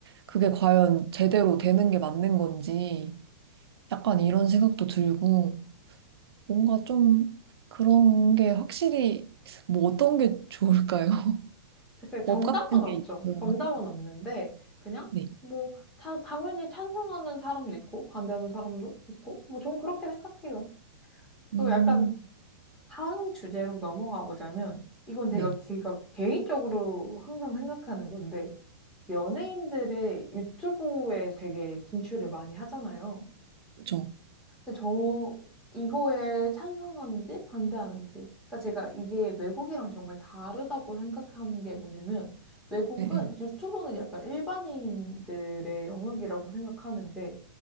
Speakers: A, on the right; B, in the centre.
A: 그게 과연 제대로 되는 게 맞는 건지 약간 이런 생각도 들고 뭔가 좀 그런 게 확실히 뭐 어떤 게 좋을까요? <laughs>
B: 글쎄, 정답은
A: 법 같은
B: 없죠.
A: 게 있어요.
B: 정답은 없는데, 그냥,
A: 네.
B: 뭐, 자- 당연히 찬성하는 사람도 있고, 반대하는 사람도 있고, 뭐, 전 그렇게 생각해요.
A: 음,
B: 또 약간 다음 주제로 넘어가 보자면, 이건 제가,
A: 네.
B: 제가 개인적으로 항상 생각하는 건데, 연예인들의 유튜브에 되게 진출을 많이 하잖아요.
A: 그쵸.
B: 근데 저 이거에 찬성하는지 반대하는지. 그러니까 제가 이게 외국이랑 정말 다르다고 생각한 게 뭐냐면 외국은
A: 네. 네.
B: 유튜브는 약간 일반인들의 영역이라고 생각하는데